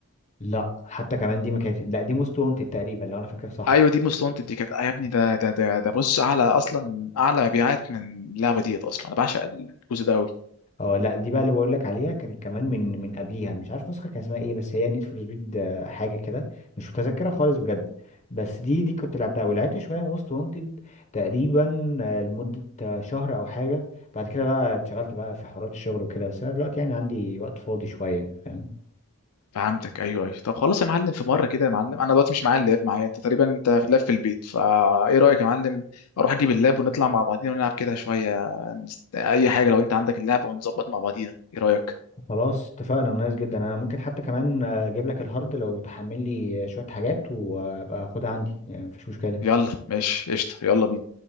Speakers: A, on the left; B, on the left.
A: لا حتى كمان دي ما كانت لا دي موست وانتد تقريبا لو انا فاكر صح
B: ايوه دي موست وانتد دي كانت آه يا ابني ده ده ده ده بص اعلى اصلا اعلى مبيعات من اللعبه ديت اصلا انا بعشق الجزء ده قوي
A: اه لا دي بقى اللي بقول لك عليها كانت كمان من من قبليها مش عارف نسخه كان اسمها ايه بس هي نيد فور سبيد حاجه كده مش متذكره خالص بجد بس دي دي كنت لعبتها ولعبت شويه وست وانتد تقريبا آه، لمده آه، شهر او حاجه بعد كده بقى اتشغلت بقى في حوارات الشغل وكده بس انا دلوقتي يعني عندي وقت فاضي شويه فاهم
B: فهمتك ايوه ايوه طب خلاص يا معلم في مره كده يا معلم انا دلوقتي مش معايا اللاب معايا انت تقريبا انت في اللاب في البيت فا ايه رايك يا معلم اروح اجيب اللاب ونطلع مع بعضينا ونلعب كده شويه اي حاجه لو انت عندك اللاب ونظبط مع بعضينا ايه رايك
A: خلاص اتفقنا نايس جدا انا ممكن حتى كمان آه، اجيب لك الهارد لو تحمل لي آه، شويه حاجات وابقى اخدها عندي يعني مفيش مشكله
B: يلا ماشي قشطه يلا بينا